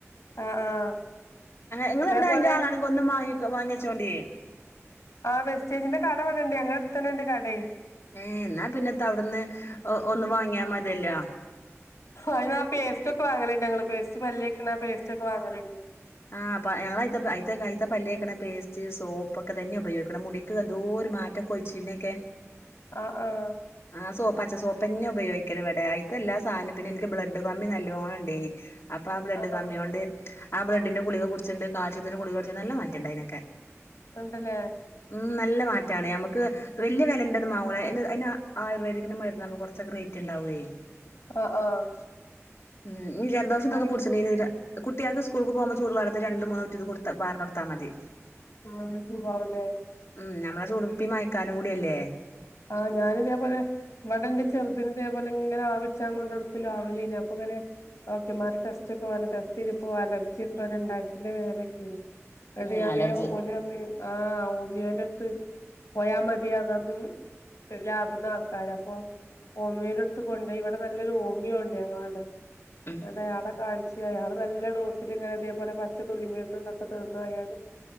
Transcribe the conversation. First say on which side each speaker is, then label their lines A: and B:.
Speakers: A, on the left; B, on the left.
A: ആഹ് ആഹ്
B: നിങ്ങളെവിടെ
A: ഇതേപോലെ
B: എയിന്റെ ആളാണ്.. ഒന്ന് മാങ്ങി വാങ്ങിച്ചോണ്ടിയേ..
A: ആ വെസ്റ്റേജിന്റെ കട ഇവിടെ ഉണ്ട് ഞങ്ങളുടെ അടുത്ത് തന്നെ ഉണ്ട് കടേ..
B: ഏഹ് എന്നാ പിന്നെത്ത അവിട്ന്ന് ഒന്ന് വാങ്ങിയാമതിയല്ലോ.
A: അയിന്ന് ആ പേസ്റ്റൊക്കൊവാങ്ങല്ണ്ട് ഞങ്ങള് പേസ്റ്റ് പല്ലേക്ണെ ആ പേസ്റ്റ്ക്കെ വാങ്ങല്ണ്ട്..
B: ആ പ്പ ഞങ്ങളയ്ത്ത അയിത്തെ പല്ലേക്കണ പേസ്റ്റ് സോപ്പ്ക്കെ തന്നെ ഉപയോഗിക്കണ മുടി.. ക്ക എന്തോര് മാറ്റം കൊയിച്ചിൽനെക്കെ.
A: ആഹ് ആഹ്.
B: ആഹ് സോ പച്ച സോപെന്നെ ഉപയോക്കല് വടെ അയ്ത്തെല്ലാ സാനും പിന്നെൻക്ക് ബ്ലഡ്കമ്മി നല്ലോണണ്ടേ നി. അപ്പ ആ ബ്ലഡ്
A: ആഹ്
B: കമ്മ്യോണ്ട്. ആ ബ്ലഡിന്റെ ഗുളിക കുടിച്ണ്ട് കാൽസ്യത്തിന്റെ കുളിക കുടിച് നല്ല മാറ്റണ്ടയ്നൊക്കെ.
A: ഇണ്ട്ലേ.
B: ഉം നല്ല മാറ്റാണ് ഞമക്ക് വെല്യ വെലന്റെന്നും മാങ്ങൂല അയിന് അയ്ന ആയുർവേദികിന്റെ മെര്ന്നാവുമ്പോ കൊർ ച്ചൊക്കെ റൈറ്റ്ണ്ടാവുഏ
A: ആഹ് ആഹ്
B: ഉം ഇഞ്ഞ് ജൽദോഷ തൊക്കെ
A: അയി
B: പുട്ച്ണേന് ര കുട്ട്യാക്ക് സ്കൂൾക്ക് പോവുമ്പോ ചൂട് വള്ളത്തില് രണ്ട് മാറ്റ്ത് കൊട്ത ബാർന്നൊട്ത്താ മതി.
A: തുമ്മൽ ന് സുഖവുല്ലേ.
B: ഉം നമ്മളെ ചൂടുപ്പി മയക്കാലം കൂടിയല്ലേ.
A: ആഹ് ഞാനിതേപോലെ <unintelligible> ക്കെന്റെ ചെറ്തിന് തേപോലെ ങ്ങനെ ആവിട്ച്ചാ കൊണ്ടൊട്ക്കല് ലാവിലെനി അപ്പങ്ങനെ ഡോക്ടർമാര് ടെസ്റ്റൊക്കെ പർഞ്ഞ് ടെസ്റ്റെയ്‌തപ്പോ അലർജ്യറ്റെ രണ്ടായിര്ത്തിന്റെ മേലെക്കെനി. ന്നട്ട്
B: ഏ
A: ഞാം
B: അലർജി
A: വേറേ ഓലർഞ്ഞി ആഹ് ഓമിയോന്റെട്ത്ത് പോയാ മ ത്യാ പർഞ്ഞ് <unintelligible> ലാബ്ന്നാൾക്കാരപ്പൊ ഓമിയോന്റെട്ത്ത് കൊണ്ടോയി ഇവടെ നല്ലൊരു ഹോമിയോണ്ടേന്നവടെ.
B: ഉം
A: ന്നട്ടെ അവടെ കാൺച് ച്ച് അയാള് നല്ല ഡോസില്ങ്ങനെ ഇതേപോലെ പച്ചതുള്ളി മര്ന്നും തോക്കെ തന്നയാള്.